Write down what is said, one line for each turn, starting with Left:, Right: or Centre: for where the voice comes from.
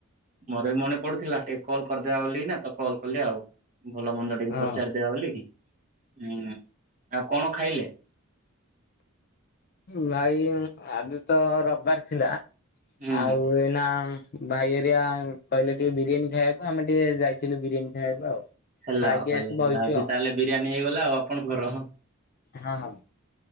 Right: ମୋର ବି ମନେ ପଡୁଥିଲା ଟିକ କଲ୍ କରିଦେବା ବୋଲି ନା ତ କଲ୍ କଲେ ଆଉ ଭଲ ମନ୍ଦ
Left: ହଁ
Right: ଟିକେ ପଚାରିଦବା ବୋଲିକି ହୁଁ ଆଉ କଣ ଖାଇଲେ?
Left: ଭାଇ ଆଜି ତ ରବିବାର ଥିଲା
Right: ହୁଁ
Left: ଆଉ ଏନା ଭାଇରିଆ କହିଲେ ଟିକେ ବିରିୟାନୀ ଖାଇବାକୁ ଆମେ ଟିକେ ଯାଇଥିଲୁ ବିରିୟାନୀ ଖାଇବାକୁ ଆଉ।
Right: ହେଲା
Left: ଖାଇକି
Right: ଆଉ ହେଲା
Left: ଆସି
Right: ହେଲା
Left: ବଇଚୁ
Right: ଆଉଛି
Left: ଆଉ
Right: ତାହେଲେ ବିରିୟାନୀ ହେଇଗଲା ଆଉ ଆପଣଙ୍କର।
Left: ହଁ ହଁ